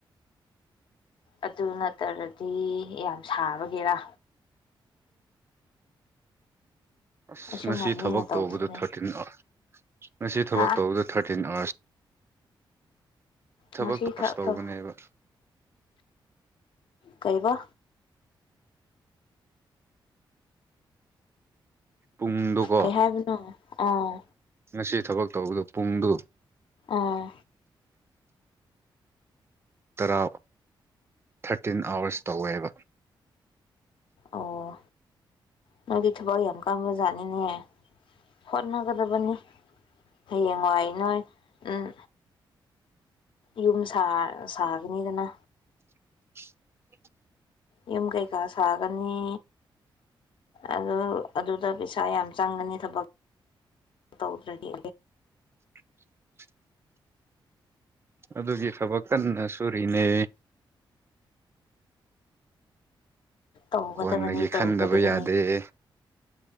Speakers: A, on the left; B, on the right.
A: ꯑꯗꯨ ꯅꯠꯇ꯭ꯔꯗꯤ ꯌꯥꯝ ꯁꯥꯕꯒꯤꯔꯥ
B: ꯑꯁ
A: ꯑꯩꯁꯨ
B: ꯉꯁꯤ
A: ꯉꯝꯅꯤꯅ
B: ꯊꯕꯛ
A: ꯇꯧꯕꯅꯤꯅꯦ
B: ꯇꯧꯕꯗꯣ ꯊꯥꯔꯇꯤꯟ ꯑꯋꯥꯔꯁ ꯉꯁꯤ ꯊꯕꯛ
A: ꯍꯥ
B: ꯇꯧꯕꯗꯣ ꯊꯥꯔꯇꯤꯟ ꯑꯋꯥꯔꯁ ꯊꯕꯛ
A: ꯉꯁꯤ
B: ꯐꯔꯁ
A: ꯈꯛꯇ
B: ꯇꯧꯕꯅꯦꯕ
A: ꯀꯩꯕ
B: ꯄꯨꯡꯗꯣꯀꯣ
A: ꯀꯩ ꯍꯥꯏꯕꯅꯣ ꯑꯥ
B: ꯉꯁꯤ ꯊꯕꯛ ꯇꯧꯕꯗꯣ ꯄꯨꯡꯗꯨ
A: ꯑꯥ
B: ꯇꯔꯥ ꯊꯥꯔꯇꯤꯟ ꯑꯥꯋꯔꯁ ꯇꯧꯋꯦꯕ
A: ꯑꯣ ꯅꯪꯗꯤ ꯊꯕꯛ ꯌꯥꯝ ꯀꯥꯕ ꯖꯥꯠꯅꯤꯅꯦ ꯍꯣꯠꯅꯒꯗꯕꯅꯤ ꯍꯌꯦꯡꯋꯥꯏ ꯅꯣꯏ ꯎꯝ ꯌꯨꯝ ꯁꯥ ꯁꯥꯒꯅꯤꯗꯅ
B: <inaudible>
A: ꯌꯨꯝ ꯀꯩꯀꯥ ꯁꯥꯒꯅꯤ ꯑꯗꯨ ꯑꯗꯨꯗ ꯄꯩꯁꯥ ꯌꯥꯝ ꯆꯪꯒꯅꯤ ꯊꯕꯛ ꯇꯧꯗ꯭ꯔ ꯗꯤ
B: <inaudible> ꯑꯗꯨꯒꯤ ꯊꯕꯛ ꯀꯟꯅ ꯁꯨꯔꯤꯅꯦ
A: ꯇꯧꯒꯗꯕꯅꯤ
B: ꯀꯣꯟꯅꯒꯤ ꯈꯟꯗꯕ
A: ꯇꯧꯒꯗꯕꯅꯤ
B: ꯌꯥꯗꯦ